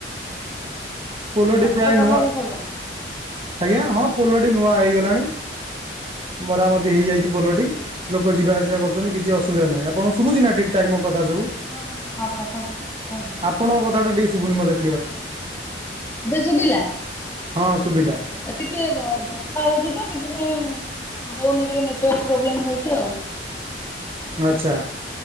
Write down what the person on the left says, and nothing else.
ନୂଆ
ପୋଲ
ତାହେଲେ
ହେଇସାରିଲାଣି
ହଁ ହଁ ହଁ କଥା ଶୁଭୁଛି କୁହନ୍ତୁ
ଏବେ ଶୁଭିଲା?
ଏ ଟିକେ ବର୍ଷା ହଉଛି ତ ସେଥିପାଇଁ ହଉନି ଟିକେ ନେଟୱାର୍କ ପ୍ରୋବ୍ଲେମ ହଉଛି ଆଉ।